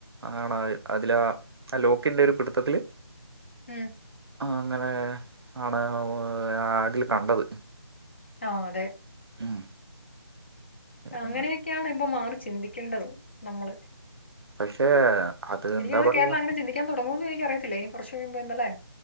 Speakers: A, on the right (about 65°); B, on the left (about 25°).
A: ആണ് അതിലാ ആ ലോക്കിന്റെ ഒരു പിടുത്തത്തില്
B: ഉം
A: ആ അങ്ങനെ ആണ് ആഡിൽ കണ്ടത്
B: ആ അതെ
A: ഉം
B: അങ്ങനെയൊക്കെയാണ്
A: എന്ന്
B: ഇപ്പൊ മാറി ചിന്തിക്കേണ്ടത് നമ്മള്
A: പക്ഷേ അത്
B: എനിക്ക്
A: എന്താ
B: തോന്നുന്നു
A: പറയാ
B: കേരളം അങ്ങനെ ചിന്തിക്കാൻ തുടങ്ങൂന്ന് എനിക്ക് അറിയത്തില്ല നി കുറച്ച് മുമ്പിന്നാലേ